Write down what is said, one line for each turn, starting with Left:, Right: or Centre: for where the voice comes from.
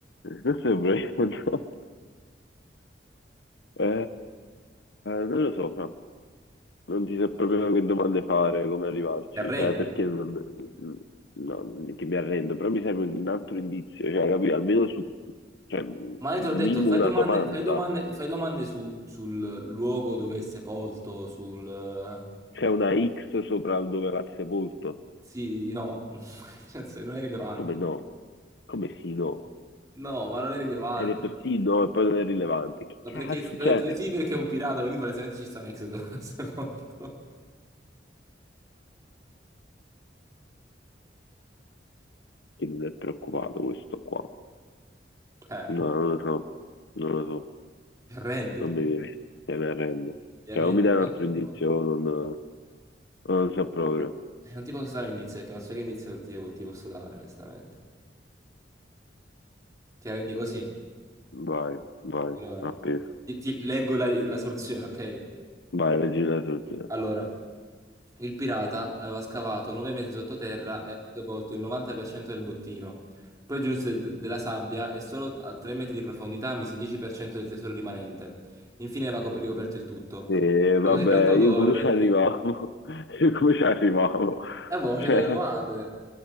Left: non sembra che- no. Eh, non lo so, fra. Non ti so proprio che domande fare, come arrivarci,
Right: Ti arrendi?
Left: cioè, perché non, no, non è che mi arrendo, però mi serve un altro indizio, cioè, capito? Almeno su, cioè, un
Right: Ma io
Left: minimo
Right: te l'ho detto, fai
Left: una
Right: domande,
Left: domanda.
Right: fai domande, fai domande su- sul luogo dove è sepolto, sul... eh,
Left: C'è una X sopra dove va sepolto?
Right: Sì, no, <laughs> nel senso, non è rilevante.
Left: Come no? Come sì, no?
Right: No, ma non è rilevante.
Left: Hai detto sì, no, e poi non è rilevante. Che
Right: Ma
Left: cazzo,
Right: perché ho
Left: cioè,
Right: detto di sì perché è un pirata, quindi palesemente ci sta un Exodus <laughs> sepolto.
Left: che non è preoccupato questo qua?
Right: Eh,
Left: No, non lo so, non lo so,
Right: ti arrendi,
Left: non mi viene, te ne arrendo.
Right: ti arrendi
Left: Cioè, o mi
Right: in
Left: dai un
Right: questo
Left: altro indizio,
Right: modo.
Left: o non, non lo so proprio.
Right: Eh, non ti posso dare un indizio perché non so che indizio ti, ti posso dare, onestamente. Ti arrendi così?
Left: Vai, vai,
Right: Allora,
Left: appeso.
Right: ti, ti leggo la, la soluzione, ok?
Left: Vai, leggi la soluzione.
Right: Allora, Il pirata aveva scavato 9 metri sottoterra e aveva sepolto il 90% del bottino. Poi giunse d- della sabbia e solo a 3 metri di profondità mise il 10% del tesoro rimanente. Infine aveva cop- ricoperto il tutto.
Left: E
Right: C'era
Left: vabbè,
Right: Ah, così tanto vabbè.
Left: io
Right: d'oro
Left: come
Right: nel...
Left: ci arrivavo?
Right: E
Left: <laughs> Io come ci arrivavo?
Right: eh, boh,
Left: Cioè,
Right: che delle domande!